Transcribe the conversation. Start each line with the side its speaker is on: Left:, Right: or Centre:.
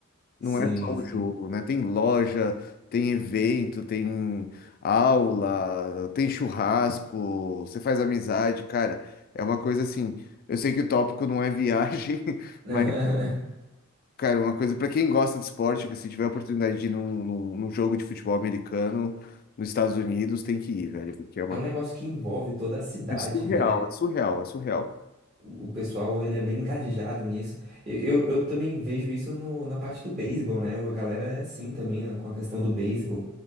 Left: Não
Right: Sim,
Left: é só
Right: sim.
Left: o jogo, né? Tem loja, tem evento, tem aula, tem churrasco, você faz amizade, cara. É uma coisa assim. Eu sei que o tópico não é viagem, <laughs>
Right: <laughs>
Left: mas, cara, uma coisa para quem gosta de esporte, que se tiver a oportunidade de ir num, num, num jogo de futebol americano nos Estados Unidos, tem que ir, velho, porque é uma
Right: É um
Left: coisa.
Right: negócio que envolve toda a cidade,
Left: É surreal,
Right: né?
Left: é surreal, é surreal.
Right: O o pessoal, ele é bem engajado nisso. Eu, eu, eu também vejo isso no, na parte do beisebol, né? A galera é assim também, né? Com a questão do beisebol.